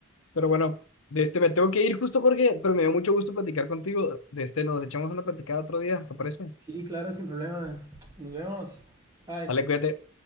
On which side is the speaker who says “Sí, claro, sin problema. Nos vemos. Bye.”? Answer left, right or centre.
Right